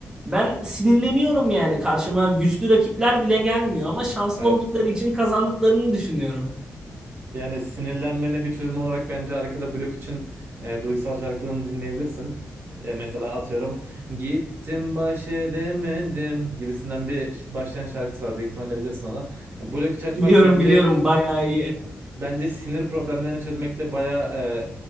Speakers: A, on the right; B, on the right.
A: Ben sinirleniyorum yani. Karşıma güçlü rakipler bile gelmiyor ama şanslı
B: Evet.
A: oldukları için kazandıklarını düşünüyorum.
B: Yani sinirlenmene bir çözüm olarak bence arkada blok için e, duygusal şarkılarını dinleyebilirsin. E, mesela atıyorum gittim baş edemedim gibisinden bir ş- başlayan şarkısı var. Büyük ihtimalle bilirsin onu. Yani blok 3 açmak
A: Biliyorum
B: bence
A: biliyorum bayağı iyi.
B: Bence sinir problemlerini çözmekte bayağı e,